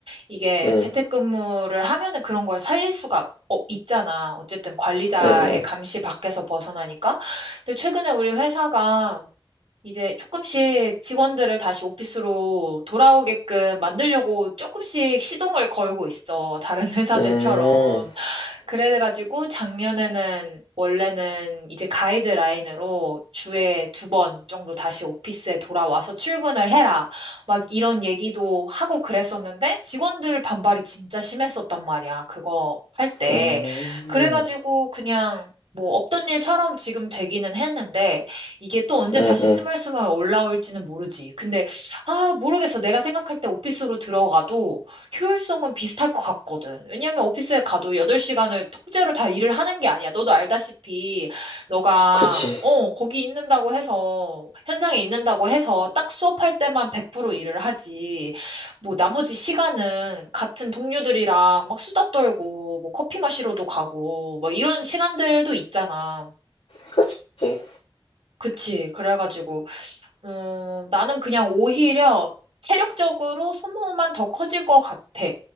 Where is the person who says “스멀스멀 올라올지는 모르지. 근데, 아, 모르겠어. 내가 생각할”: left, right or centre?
Right